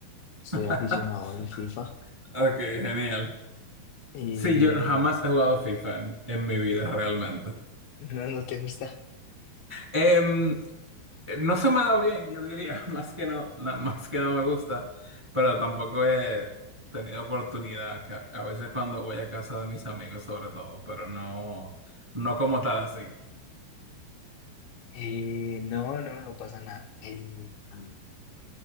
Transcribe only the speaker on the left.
Soy aficionado al FIFA.
Eh,
no, no te gusta.
Eh, no, no, no pasa nada. Eh, mm,